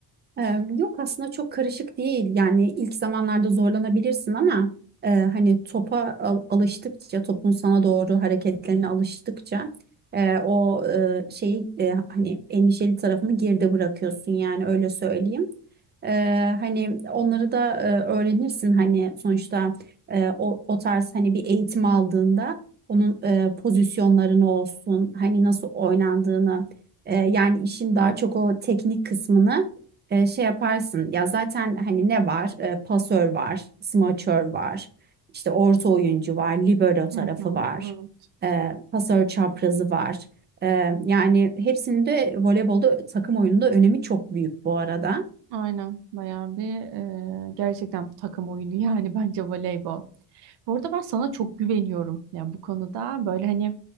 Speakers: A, on the right (about 25°); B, on the right (about 75°).
A: Ee, Yok aslında çok karışık değil. Yani ilk zamanlarda zorlanabilirsin ama e, hani topa al- alıştıkça, topun sana doğru hareketlerine alıştıkça e, o e, şeyi e, hani endişeli tarafını geride bırakıyorsun yani öyle söyleyeyim. E, hani onları da e, öğrenirsin hani sonuçta e, o, o tarz hani bir eğitim aldığında onun e, pozisyonlarını olsun hani nasıl oynandığını e, yani işin daha çok o teknik kısmını e, şey yaparsın ya zaten hani ne var E, pasör var smaçör var işte orta oyuncu var libero tarafı
B: Hı hı,
A: var
B: evet.
A: e, pasör çaprazı var E, yani hepsinin de voleybolda takım oyununda önemi çok büyük bu arada.
B: Aynen bayağı bir e, gerçekten takım oyunu <laughs> yani bence voleybol. Bu arada ben sana çok güveniyorum. Yani bu konuda böyle hani